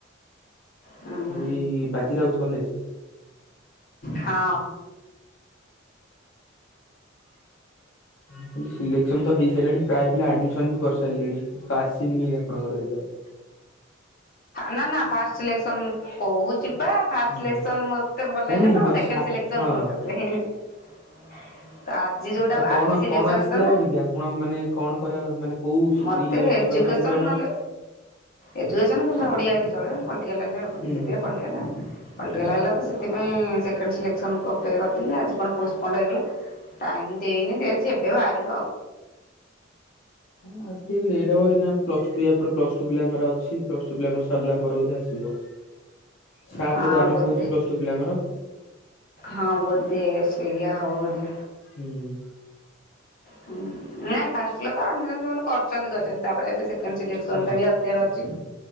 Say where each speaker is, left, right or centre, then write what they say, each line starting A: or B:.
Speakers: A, on the left; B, on the left.
A: ହୁଁ
B: ଏଇ ବାଜି ରାଉତ କଲେଜ।
A: ହଁ।
B: <inaudible> ସିଲେକ୍ସନ ତ ହେଇସାରିଲାଣି ପ୍ରାୟ ପିଲା ଆଡମିସନ ବି କରିସାରିଲେଣି କିନ୍ତୁ ଆସିନି କେମିତି ଆପଣଙ୍କର ଏଯାଏ। <inaudible>
A: ନା ନା ଫାଷ୍ଟ ସିିଲେକ୍ସନ୍ କହୁଛି ପା ଫାଷ୍ଟ
B: ହଁ
A: ସିଲେକ୍ସନ ମତେ ଭଲ
B: ନାଇଁ
A: ଲାଗିଲା
B: ନାଇଁ
A: ତ
B: ହଁ
A: ମୁ ସେକେଣ୍ଡ
B: ସେ ଆପ
A: ସିଲେକ୍ସନ
B: ହଁ
A: କୁ ରଖିଥିଲି। <inaudible> ଆଜି ଯୋଉଟା
B: ତ କଣ
A: ଆଜି ସିଲେକ୍ସନ
B: କଣ ଆସିଥିଲା
A: ଆସିଥାନ୍ତା
B: ଭାରିକି ଆପଣ ମାନେ କଣ କରିବା ମାନେ କୋଉ
A: ମତେ
B: ଇଏ ନେବାକୁ
A: ଏଜୁକେସନ୍
B: ଚାହୁଁଥିଲେ ଅନର୍ସ
A: ନହେଲେ ଏଜୁକେସନ୍ ନହେଲେ ଓଡ଼ିଆ ହେଲେ ଚଲିବ ହେଲେ ପଲିଟିକାଲ ହେଲେ ହବନି
B: ହୁଁ।
A: ସେଥିପାଇଁ ପଲିଟିକାଲ। ପଲିଟିକାଲ ଆଇଲା ତ ସେଥିପାଇଁ ସେକେଣ୍ଡ ସିଲେକ୍ସନ୍ କୁ ଅପେକ୍ଷା କରିଥିଲି ଆଜି କଣ ପୋଷ୍ଟପଣ୍ଡ ହେଇଗଲା। ଟାଇମ୍ ଦେଇନି ଦିଆହେଇଛି ଏବେ ବାହାରିବ।
B: ଆ ଟିକେ ଲେଟ୍ ହେବ ଏଇନା ପ୍ଲସ ଟୁ ୟା ପରେ ପ୍ଲସ୍ ଟୁ ପିଲାଙ୍କର ଅଛି ପ୍ଲସ ଟୁ ପିଲାଙ୍କର ସରିଲା ପରେ ବୋଧେ ଆସିବ। ସାତ
A: ହଁ
B: ରୁ ଆରମ୍ଭ
A: ବୋଧେ
B: ହଉଛି ପ୍ଲସ ଟୁ ପିଲାଙ୍କର
A: ହଁ ବୋଧେ ସେଇୟା। ହବ ବୋଧେ।
B: ହୁଁ।
A: ହୁ ନାଇଁ ଫାଷ୍ଟ ପିଲା ତ ଆଡ଼ମିଶନ ଯୋଉ ମାନେ କରିଛନ୍ତି କରିଛନ୍ତି ତାପରେ ଏବେ ସେକେଣ୍ଡ ସିଲେକ୍ସନ
B: ହଁ।
A: ଟା ବି ଆସିବାର ଅଛି।